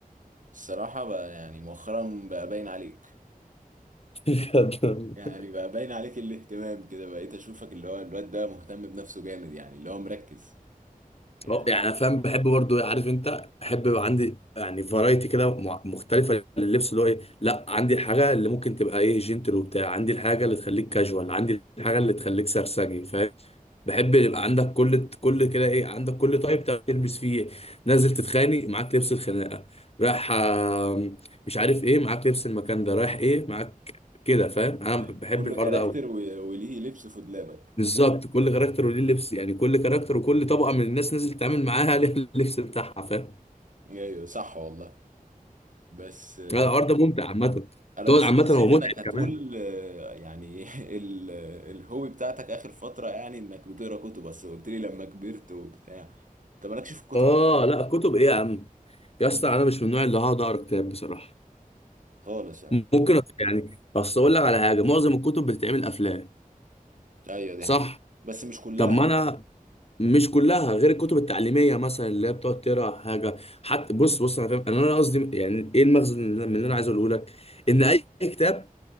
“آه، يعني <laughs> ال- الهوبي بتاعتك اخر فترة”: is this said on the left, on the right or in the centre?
Right